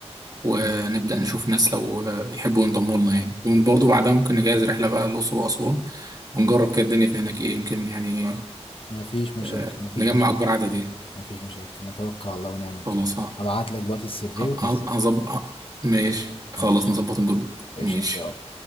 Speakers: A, on the left; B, on the right.
A: <laughs>
B: ونبدا نشوف ناس لو يحبوا ينضموا لنا يعني وبرضه بعدها ممكن نجهز رحله بقى الاقصر واسوان ونجرب كده الدنيا في هناك ايه يمكن يعني
A: مفيش مشاكل
B: آه،
A: مفيش
B: نجمع
A: مشاكل
B: أكبر عدد إيه
A: مفيش مشاكل نتوكل على الله ونعمل
B: خلاص
A: كده
B: ه-
A: هبعت لك دلوقتي السيرفي
B: ه-
A: وتنزله
B: هظبط ه- ماشي خلاص
A: ماشي
B: نظبط الجروب
A: قشطة
B: ماشي
A: يلا